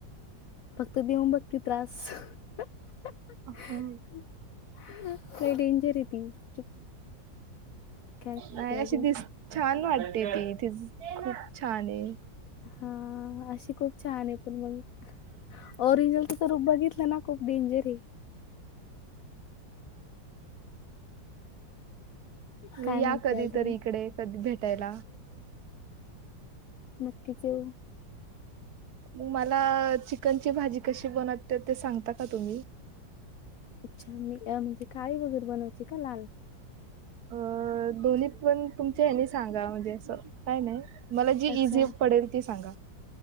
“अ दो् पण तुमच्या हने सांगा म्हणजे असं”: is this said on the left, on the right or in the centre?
Right